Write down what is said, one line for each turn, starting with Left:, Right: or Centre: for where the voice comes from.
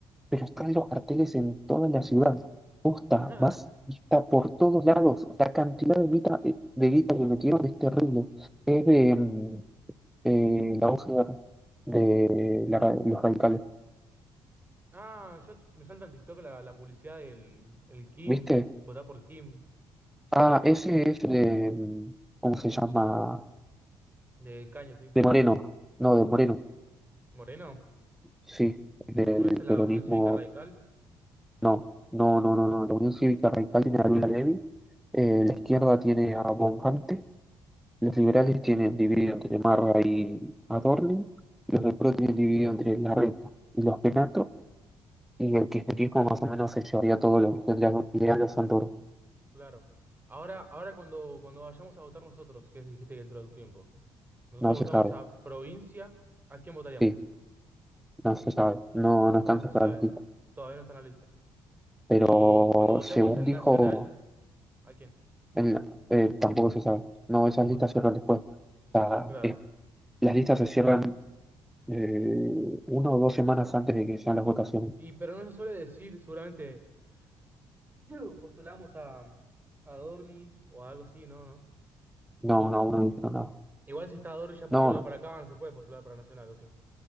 Centre: Pero están los carteles en toda la ciudad. Posta,
Right: <laughs>
Centre: más está por todos lados. La cantidad de guita, eh, de guita que metieron es terrible. Es de mm, eh, la voz de, de la ra- los radicales.
Right: Ah, yo me salta en TikTok la, la publicidad del el Kim.
Centre: ¿Viste?
Right: Votar por Kim.
Centre: Ah, ese es de, mm, ¿cómo se llama?
Right: Del Caño, sí.
Centre: De Moreno, no, de Moreno,
Right: Moreno.
Centre: sí, del
Right: ¿No es la
Centre: peronismo,
Right: Unión Cívica Radical?
Centre: no, no, no, no, no, la Unión Cívica Radical tiene a Lula Levy, eh, la izquierda tiene a Bonfante, los liberales tienen dividido entre Marra y Adorni, los del PRO tienen dividido entre Larreta y los Penato, y el kirchnerismo más o menos se llevaría todo lo que tendría Leandro Santoro,
Right: Claro. Ahora, ahora cuando, cuando vayamos a votar nosotros, que dijiste que dentro de un tiempo, nosotros
Centre: no se
Right: votamos
Centre: sabe,
Right: a provincia, ¿a quién votaríamos?
Centre: sí, no se sabe, no, no están
Right: No
Centre: cerradas
Right: se sabe, todavía no está en la lista.
Centre: pero
Right: Y cuando votemos
Centre: según
Right: en
Centre: dijo,
Right: nacional, ¿a quién?
Centre: en la- eh, tampoco se sabe. No,
Right: Tampoco
Centre: esas listas
Right: se sabe.
Centre: cierran después. O sea,
Right: Claro.
Centre: es- las listas se cierran eh, una o dos semanas antes de que sean las votaciones.
Right: Y pero no se suele decir, seguramente, <clears throat> "Yu, postulamos a, a Dorni o algo así, ¿no? ¿No?
Centre: No, no, aún no dijeron nada.
Right: Igual si está Dorni ya postulado
Centre: No, no,
Right: para acá, no se puede postular para nacional, ¿o sí?